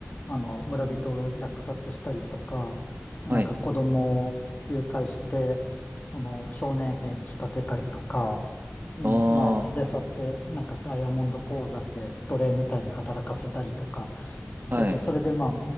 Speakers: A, on the left; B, on the right.
A: あの、村人を虐殺したりとか、なんか子供を誘拐して、
B: はい。
A: その少年兵に仕立てたりとか、うん、
B: あ
A: まあ、連れ去って、なんかダイヤモンド鉱山で奴隷みたいに働かせたりとかしてて、
B: あ、はい。
A: それでまあ、